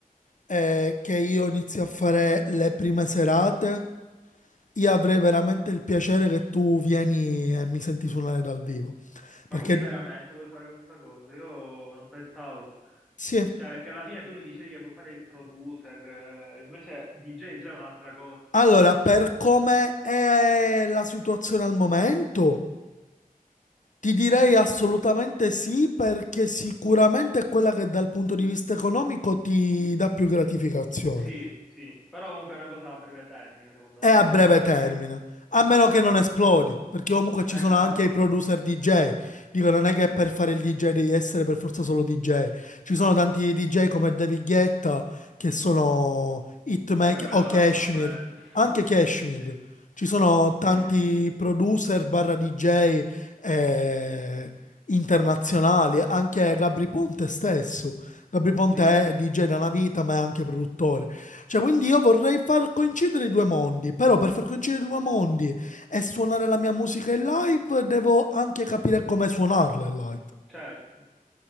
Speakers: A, on the left; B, in the centre.
A: eh, che io inizio a fare le prime serate, io avrei veramente il piacere che tu vieni e mi senti suonare dal vivo.
B: Ma
A: Perché
B: quindi veramente vuoi fare questa cosa? Io non pensavo.
A: sì,
B: Cioè, perché alla fine tu mi dicevi che vuoi fare il producer, eh, invece DJ già è già un'altra cosa.
A: allora, per come è eh, la situazione al momento, ti direi assolutamente sì, perché sicuramente è quella che dal punto di vista economico ti dà più gratificazione.
B: Sì, sì, però comunque è una cosa a breve termine, secondo me.
A: è
B: Invece
A: a breve
B: a lungo termine,
A: termine. A meno che non esplodi, perché comunque ci
B: esa-
A: sono anche
B: esatto.
A: i producer DJ. Dico, non è che per fare il DJ devi essere per forza solo DJ. Ci sono tanti DJ come David Guetta che sono hitmaker
B: Vabbè, quello
A: o Kashmir,
B: lascialo perdere. <laughs>
A: anche Kashmir.
B: Sì,
A: Ci sono tanti
B: sì,
A: producer barra DJ eh, internazionali, anche Gabri Ponte stesso. Gabri Ponte
B: sì,
A: è DJ da una vita, ma è anche produttore. Cioè, quindi io vorrei far coincidere i due mondi, però per far coincidere i due mondi e suonare la mia musica in live, devo anche capire come suonarla in live.
B: certo.